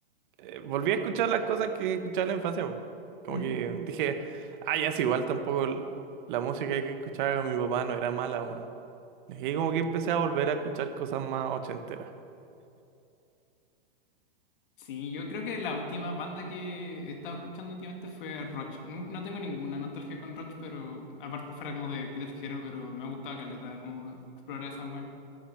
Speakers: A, on the right; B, on the left.
A: eh, volví a escuchar las cosas que escuchaba en la infancia. po. Como
B: ¿Mm?
A: que dije, ah, ya es igual tampoco l- la música que escuchaba con mi papá no era mala, Y como que empecé a volver a escuchar cosas más ochenteras.
B: Sí, yo creo que la última banda que he estado escuchando últimamente fue Roch. No, no tengo ninguna nostalgia con Roch, pero aparte fuera como de Guitar Hero, pero me ha gustado caleta como explorar esa wea.